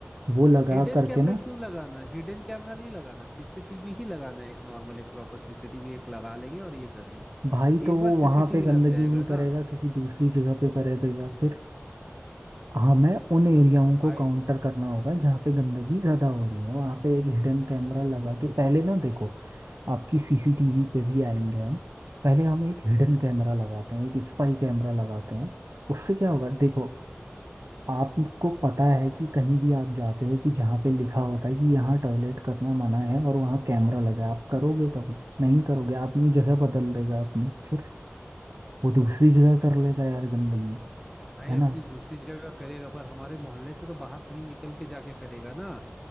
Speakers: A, on the right; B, in the centre.
A: वो लगा
B: हिडन
A: करके
B: कैमरा
A: ना
B: क्यों लगाना हिडन कैमरा नहीं लगाना सीसीटीवी ही लगाना है एक नॉर्मल एक प्रॉपर सीसीटीवी एक लगा लेंगे और ये कर देंगे
A: भाई तो
B: एक
A: वो
B: बार
A: वहां
B: सीसीटीवी
A: पे गंदगी
B: लग जाएगा
A: नहीं
B: ना
A: करेगा किसी दूसरी जगह पे करेगा फिर हमें उन एरियाओं को
B: भाई
A: काउंटर करना होगा जहाँ पे गंदगी ज़्यादा हो रही है वहाँ पे एक हिडन कैमरा लगा के पहले ना देखो आपकी सीसीटीवी पे भी आएंगे हम पहले हम एक हिडन कैमरा लगाते हैं एक स्पाई कैमरा लगाते हैं उससे क्या होगा देखो आपको पता है कि कहीं भी आप जाते हो कि जहाँ पे लिखा होता है कि यहाँ टॉयलेट करना मना है और वहाँ कैमरा लगा है आप करोगे कभी नहीं करोगे आदमी जगह बदल देगा अपनी फिर वो दूसरी जगह कर लेगा यार गंदगी
B: भाई
A: है ना
B: अपनी दूसरी जगह करेगा पर हमारे मोहल्ले से तो बाहर कहीं निकल के जाके करेगा ना